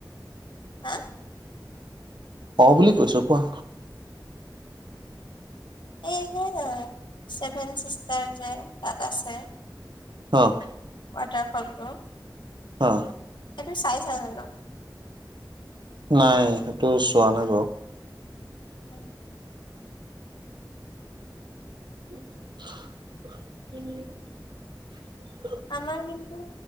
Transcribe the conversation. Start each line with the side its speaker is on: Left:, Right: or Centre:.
Left: হা?
Right: অ', বুলি কৈছো, কোৱা?
Left: এই যে ছেভেন চিষ্টাৰ যে, তাত আছে।
Right: অ'।
Left: ৱাটাৰফলটো।
Right: অ'।
Left: সেইটো চাইছা জানো?
Right: নাই সেইটো চোৱা নাই বাৰু।
Left: উম'।
Right: উম'।
Left: আমাৰ কিন্তু